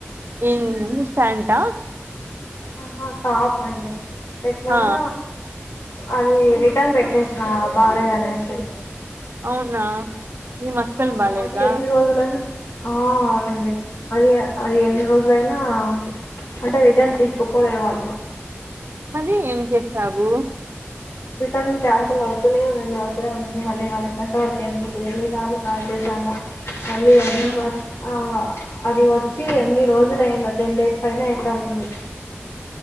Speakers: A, on the right; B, on the left.
A: హ్మ్ ఇన్స్టంటా
B: ఆహా టాపండి పెట్టినాన
A: ఆ
B: అది రిటర్న్ పెట్టేసా బాలేదు అనేసి
A: అవునా ఏం అస్సలు
B: ఆ
A: బాలేదా
B: అది ఎన్ని రోజులైనా ఆ అవునండి అది అది ఎన్ని రోజులైనా అంటే రిటర్న్ తీసుకోపోలేదు వాళ్ళు
A: మరి ఏం చేసావు
B: రిటర్న్ క్యాన్సల్ అవుతునేఉంది అవుతూనేఉంది అ మళ్ళీ వాళ్ళ కస్టమర్ కేర్కి ఎన్ని సార్లు కాల్ చేసానో <unintelligible>
A: ఉమ్
B: అది వచ్చి ఎన్ని రోజులు అయిందో టెన్ డేస్ పైనే అయితాంది